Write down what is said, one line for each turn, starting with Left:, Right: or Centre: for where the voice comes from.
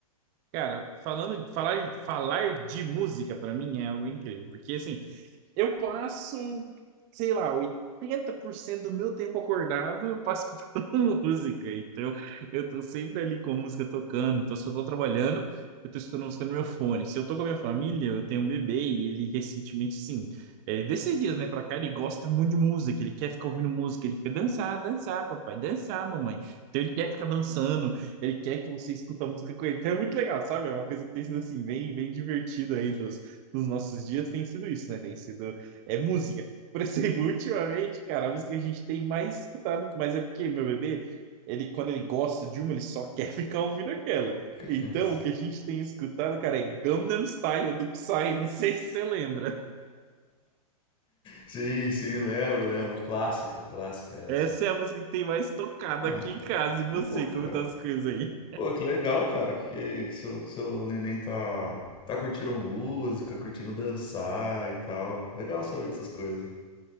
Right: Cara, falando, falar, falar de música pra mim é algo incrível, porque assim, Eu passo, sei lá, 80% do meu tempo acordado eu passo escutando <laughs> música. Então, eu tô sempre ali com a música tocando. Então, se eu tô trabalhando, eu tô escutando música no meu fone. Se eu tô com a minha família, eu tenho um bebê e ele recentemente, sim, é, desses dias, né, pra cá, ele gosta muito de música. Ele quer ficar ouvindo música. Ele fica dançar, dançar, papai, dançar, mamãe. Então, ele quer ficar dançando. Ele quer que você escuta a música com ele. Então, é muito legal, sabe? É uma coisa que tem sido, assim, bem, bem divertido aí dos dos nossos dias tem sido isso, né? Tem sido é música. Por <laughs> exemplo, ultimamente, cara, a música que a gente tem mais escutado, mas é porque meu bebê, ele quando ele gosta de uma, ele só <laughs> quer ficar ouvindo aquela.
Left: <laughs> Criança.
Right: Então, o que a gente tem escutado, cara, é Gangnam Style do Psy, não sei se você lembra.
Left: Sim, sim, lembro, lembro. Clássica, clássica essa.
Right: Essa é a música que tem mais tocado
Left: Ah,
Right: aqui em casa. E você,
Left: ah, pô, cara.
Right: como tá as coisas aí?
Left: Pô, que legal, cara, que, que seu, seu neném tá, tá curtindo música, curtindo dançar e tal. Legal saber dessas coisas.